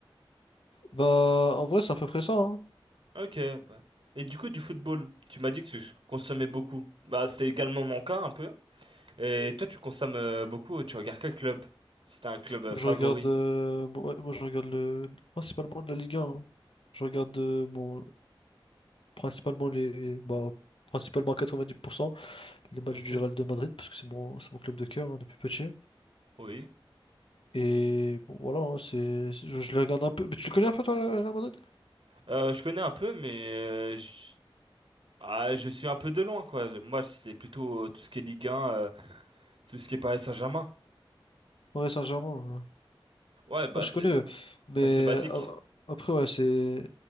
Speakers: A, on the left; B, on the right.
A: Bah, en vrai, c'est à peu près ça. hein.
B: Ok. bah. Et du coup du football, tu m'as dit que tu consommais beaucoup. Bah c'est également mon cas un peu. Et toi tu consommes euh, beaucoup. Tu regardes quel club? C'est un club euh,
A: Moi,
B: favori.
A: je regarde, euh, bon, ouais, moi, je regarde le, principalement de la Ligue 1. hein. Je regarde euh, bon, principalement les, bah, principalement à 90% les matchs
B: Ok.
A: du Real de Madrid parce que c'est mon, c'est mon club de cœur hein, depuis petit.
B: Oui.
A: Et bon, voilà, hein, c'est, c'est- je, je les regarde un peu. Mais tu le connais un peu toi, le Real Madrid?
B: Euh, je connais un peu mais euh, je... ah, je suis un peu de loin quoi. Je- Moi c'est plutôt euh, tout ce qui est Ligue 1, euh, tout ce qui est Paris Saint-Germain.
A: Ouais, Saint-Germain. ouais.
B: Ouais bah
A: Ouais, je
B: c'est
A: connais, euh, mais
B: ça c'est basique.
A: euh, après, ouais, c'est